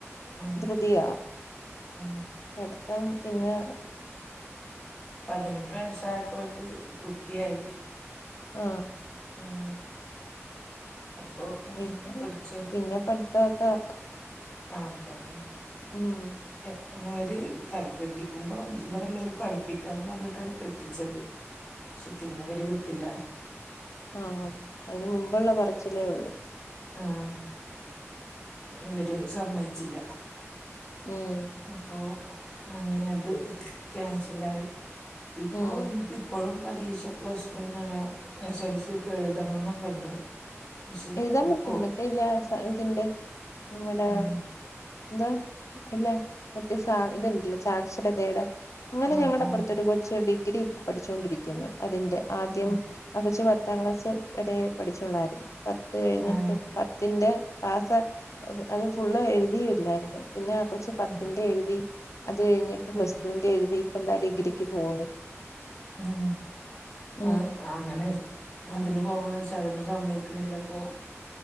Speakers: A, on the left; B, on the left.
A: ഉം
B: ധൃതിയാ.
A: ഉം
B: പഠത്തം പിന്നെ
A: പതിനെട്ട് വയസായപ്പോക്ക് കുട്ടിയായി
B: ആ
A: ഉം. അപ്പൊ
B: പിന്നെ,
A: പിടിച്ച്
B: പിന്നെ പഠത്തൊക്കെ
A: കണക്കെന്നെ
B: ഉം.
A: <unintelligible> ഓര് കെട്ടിക്കുമ്പോ ഇവിടെ ഉള്ളോർ പഠിപ്പിക്കാന്ന് പറഞ്ഞിട്ടാണ് കെട്ടിച്ചത്. പക്ഷെ, പിന്നെവര് വിട്ടില്ല.
B: ആ ആ, അയിന് മുമ്പുള്ള പറച്ചിലേ ഉള്ളൂ
A: ആാാ. ഇവര് സമ്മേയ്ച്ചില്ല
B: ഉം
A: അപ്പോൊ അങ്ങനെ അത് ക്യാൻസൽ ആയി. ഇപ്പോ
B: ഉം
A: എനിക്ക്പ്പഴും പരീക്ഷ പ്ലസ് വൺ അല്ല, എസ് എൽ സി ഒക്കെ എഴുതണം ന്നൊക്കെ ഉണ്ട്. പക്ഷെ
B: എഴുതാൻ
A: ഇപ്പോ
B: പറ്റും മറ്റേല്ലേ? ഇതിന്റെ നമ്മടെ
A: ഉം
B: <inaudible> എന്താ? ഇല്ല. മറ്റേ സ ഇത്ണ്ടല്ലോ, സാക്ഷരതയുടെ <inaudible> അങ്ങനെ
A: ആഹ്
B: ഞങ്ങളുടെ
A: ആഹ്
B: അപ്പുറത്ത ഒരു കൊച്ച് ഡിഗ്രി ഇപ്പൊ പേടിച്ചോണ്ടിരിക്കുന്നു. അതിന്റെ. ആദ്യം
A: ഉം
B: ആ കൊച്ച് പത്താം ക്ലാസ് വരെ പഠിച്ചുള്ളായിരുന്നു. പത്ത് കഴിഞ്ഞിട്ട്,
A: ആഹ്
B: പത്തിന്റെ പാസ. അത് ഫുള്ള് എഴുതില്ലായിരുന്നു. പിന്നെ ആ കൊച്ച് പത്തിന്റെ
A: ഉം
B: എഴുതി. അത് കഴിഞ്ഞിട്ട് പ്ലസ്
A: ഉം
B: ടുവിന്റെ എഴുതി. ഇപ്പം താ ഡിഗ്രിക്ക് പോകുന്നു.
A: <unintelligible> അ
B: ഉം
A: അങ്ങനെ അതിന് പോകന്ന് വെച്ചാ - <inaudible> ഒന്നും സമ്മയിക്കണില്ലപ്പൊ